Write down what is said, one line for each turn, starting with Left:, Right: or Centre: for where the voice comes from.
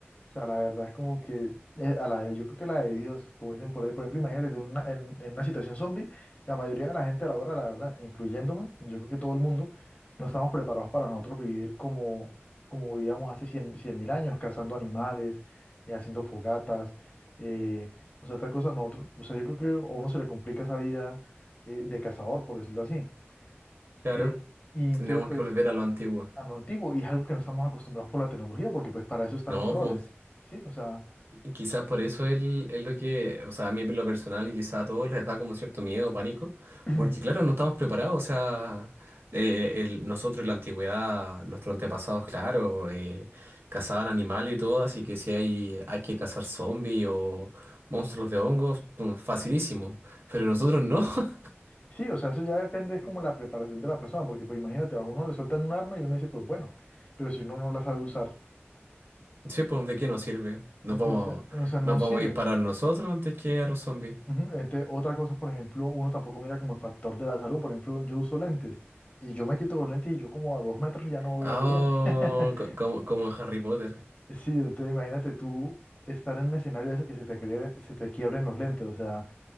Left: O sea, la verdad es como que eh, a la de- yo creo que la de Dios, como dicen por ahí, por ejemplo, imagínate tú en una, en, en una situación zombie, la mayoría de la gente a la hora, la verdad, incluyéndome, yo creo que todo el mundo, no estamos preparados para nosotros vivir como, como vivíamos hace cien mil años, cazando animales, eh, haciendo fogatas, eh, o sea, otra cosa, nosotros, o sea, yo creo que a uno se le complica esa vida eh, de cazador, por decirlo así.
Right: Claro,
Left: Eh, y
Right: tendríamos
Left: entonces, pues,
Right: que volver a lo antiguo.
Left: a lo antiguo y es algo que no estamos acostumbrados por la tecnología, porque pues para eso están
Right: No,
Left: los roles,
Right: pues
Left: ¿sí? O sea,
Right: quizás por eso él es lo que, o sea, a mí en lo personal y quizás a todos les da como cierto miedo, pánico,
Left: <clears throat>
Right: porque claro, no estamos preparados, o sea, eh, el- nosotros en la antigüedad, nuestros antepasados, claro, eh, cazaban animales y todo, así que si hay, hay que cazar zombies o monstruos de hongos, pum, facilísimo, pero nosotros no, <laughs>
Left: sí, o sea, eso ya depende, es como la preparación de la persona, porque pues imagínate, a uno le sueltan un arma y uno dice, pues bueno, pero si uno no la sabe usar,
Right: Sí, pues, ¿de qué nos sirve? Nos
Left: entonces,
Right: vamos,
Left: o sea, o sea, no
Right: nos vamos
Left: sirve.
Right: a disparar nosotros antes que a los zombies.
Left: Ujú, ente- otra cosa, por ejemplo, uno tampoco mira como el factor de la salud, por ejemplo, yo uso lentes y yo me quito los lentes y yo como a dos metros ya no veo
Right: Ah,
Left: bien. <laughs>
Right: co- como, como en Harry Potter.
Left: Sí, entonces imagínate tú estar en un escenario de eso que se te, quie- se te quiebren los lentes, o sea...